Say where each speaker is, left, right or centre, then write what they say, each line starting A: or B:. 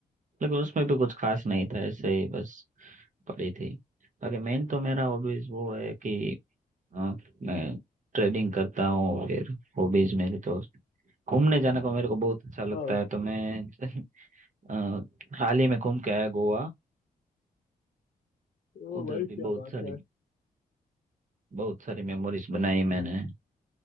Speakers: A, on the right (about 55°); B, on the left (about 60°).
A: लेकिन उसमें भी कुछ खास नहीं था ऐसे ही बस पढ़ी थी बाकी मेन तो मेरा हॉबीज वो है कि अ, मैं ट्रेडिंग करता हूँ फिर हॉबीज मेरी तो घूमने जाने को मेरे को बहुत अच्छा लगता
B: ओ,
A: है तो मैं <laughs> अ, हाल ही में घूम के आया गोवा
B: ओ
A: उधर
B: भाई
A: भी
B: क्या
A: बहुत
B: बात
A: सारी
B: है
A: बहुत सारी मेमोरीज बनाई मैंने